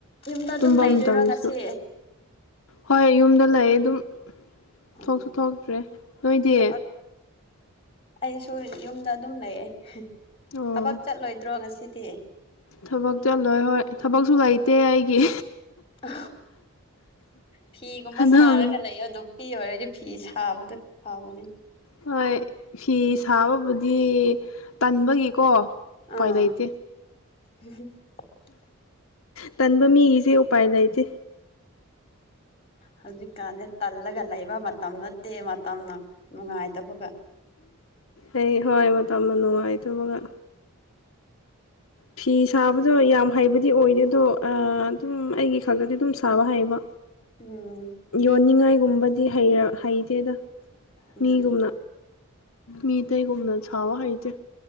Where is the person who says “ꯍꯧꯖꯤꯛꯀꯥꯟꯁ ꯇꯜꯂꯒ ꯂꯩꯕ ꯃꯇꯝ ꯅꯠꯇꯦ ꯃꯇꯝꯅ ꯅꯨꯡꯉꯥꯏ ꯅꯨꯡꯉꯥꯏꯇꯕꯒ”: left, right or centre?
Left